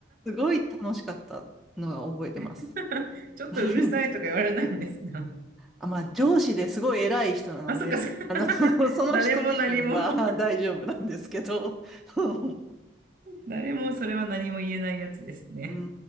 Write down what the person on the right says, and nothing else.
<laughs> ちょっとうるさいとか言われないんですか
あ、そっか、そっか
<laughs>
誰も何も <laughs>
誰もそれは何も言えないやつですね。